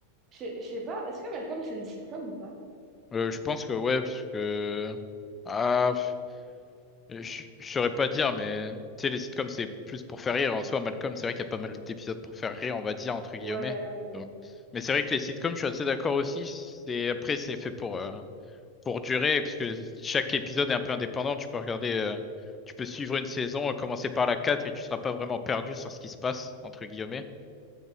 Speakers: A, on the right; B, on the left.
A: Je sais- je sais pas, est-ce que Malcolm, c'est une sitcom ou pas?
B: Euh, je pense que ouais, parce que... Ah, pff, je je saurais pas dire, mais... Tu sais, les sitcoms, c'est plus pour faire rire. En soi, Malcolm, c'est vrai qu'il y a pas mal d'épisodes pour faire rire, on va dire, entre guillemets.
A: Ouais, mais
B: Donc... Mais c'est vrai que les sitcoms, je suis assez d'accord aussi. C'est... Après, c'est fait pour... euh, pour durer, parce que chaque épisode est un peu indépendant, tu peux regarder, euh, tu peux suivre une saison, euh, commencer par la 4 et tu seras pas vraiment perdu sur ce qui se passe, entre guillemets.